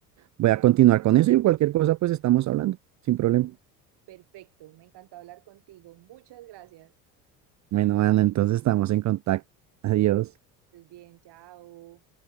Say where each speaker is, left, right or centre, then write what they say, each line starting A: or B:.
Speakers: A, on the right; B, on the right.
A: voy a continuar con eso y cualquier cosa, pues estamos hablando, sin problema.
B: Perfecto, me encantó hablar contigo. Muchas gracias.
A: Bueno, Ana, entonces estamos en contacto. Adiós.
B: Estés bien, chao.